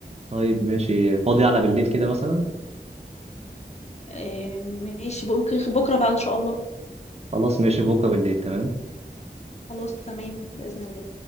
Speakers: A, on the right; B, on the left.
A: طيب ماشي فاضي على بالليل كده مثلا
B: آه، ماشي ممكن بكره بقى ان شاء الله
A: خلاص ماشي بكره بالليل تمام
B: خلاص تمام باذن الله